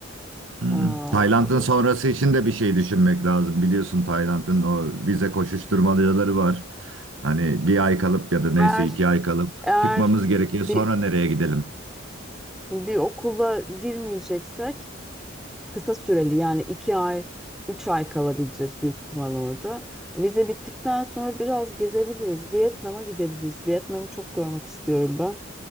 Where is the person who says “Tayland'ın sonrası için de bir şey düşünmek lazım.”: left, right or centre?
Right